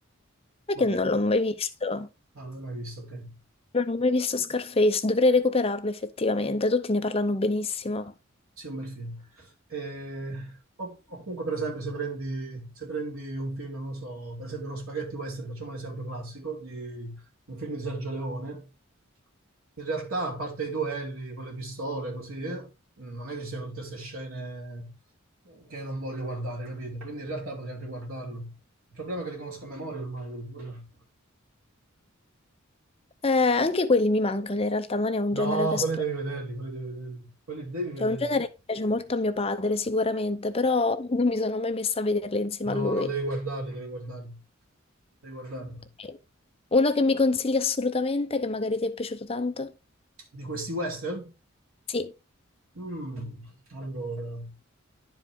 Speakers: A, on the left; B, on the right.
A: è
B: Ma
A: che
B: più...
A: non
B: Ah,
A: l'ho mai visto,
B: non l'ho mai visto, ok.
A: non ho mai visto Scarface, dovrei recuperarlo effettivamente, tutti ne parlano benissimo.
B: Sì, è un bel film. Eh, o, o comunque, per esempio, se prendi, se prendi un film, non so, per esempio uno spaghetti western, facciamo un esempio classico di un film di Sergio Leone, in realtà, a parte i duelli con le pistole, così, eh, non è che ci siano tutte queste scene che io non voglio guardare, capito? Quindi in realtà potrei anche guardarlo. Il problema è che li conosco a memoria ormai, quindi quello-
A: Eh, anche quelli mi mancano in realtà, non è un
B: No,
A: genere che esploro.
B: quelli devi vederli, quelli devi vederli. Quelli devi vederli.
A: Cioè, è un genere che piace molto a mio padre, sicuramente, però <laughs> non mi sono mai messa a vederli insieme
B: No,
A: a lui.
B: no, devi guardarli, devi guardarli. Devi guardarli.
A: Ok. Uno che mi consigli assolutamente, che magari ti è piaciuto tanto?
B: Di questi western?
A: Sì,
B: Mm, allora,